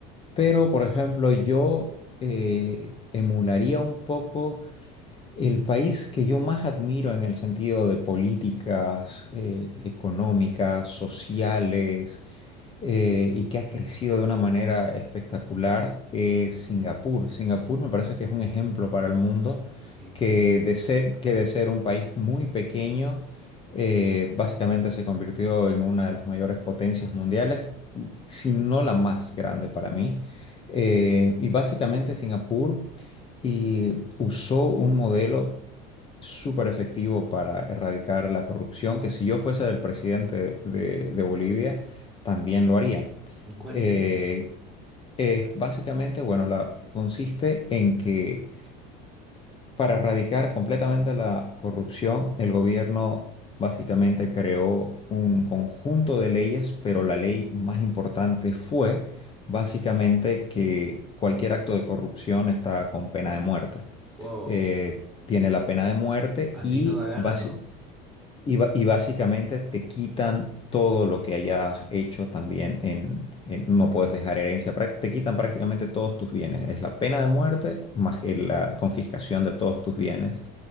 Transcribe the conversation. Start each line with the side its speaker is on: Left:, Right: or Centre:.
Centre: Sí.
Left: Pero, por ejemplo, yo eh, emularía un poco el país que yo más admiro en el sentido de políticas eh, económicas, sociales, eh, y que ha crecido de una manera espectacular es Singapur. Singapur me parece que es un ejemplo para
Centre: Lindísimo,
Left: el mundo
Centre: lindo,
Left: que
Centre: lindo.
Left: de ser, que de ser un país muy pequeño, eh, básicamente se convirtió en una de las mayores potencias mundiales, si no la más grande para mí. Eh, y básicamente Singapur y usó un modelo súper efectivo para erradicar la corrupción, que si yo fuese el presidente de de Bolivia, también lo haría.
Centre: ¿Y cuál
Left: Eh,
Centre: es ese?
Left: es básicamente, bueno, la, consiste en que para erradicar completamente la corrupción, el gobierno básicamente creó un conjunto de leyes, pero la ley más importante fue básicamente que cualquier acto de corrupción está con pena de muerte.
Centre: Wow,
Left: Eh, tiene la pena de muerte
Centre: así
Left: y
Centre: no da ganas,
Left: basi-
Centre: ¿no?
Left: y, ba- y básicamente te quitan todo lo que hayas hecho también en, en- no puedes dejar herencia, prac- te quitan prácticamente todos tus bienes. Es la pena de muerte más que la confiscación de todos tus bienes.